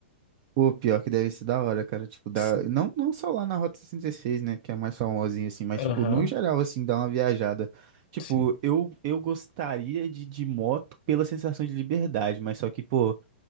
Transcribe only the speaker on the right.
Pô, pior que deve ser da hora, cara. Tipo, dá...
não, não só lá na Rota sessenta e seis né? Que é a mais famosinha, assim, mas,
tipo, no geral, assim, dá uma viajada. Tipo,
eu, eu gostaria de, de moto pela sensação de liberdade, mas só que, pô,